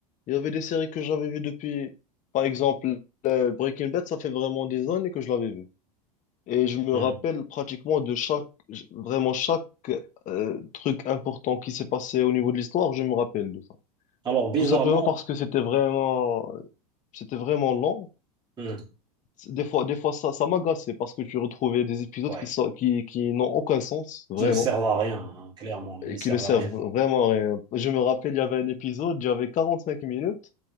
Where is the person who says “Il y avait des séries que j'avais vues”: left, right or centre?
Left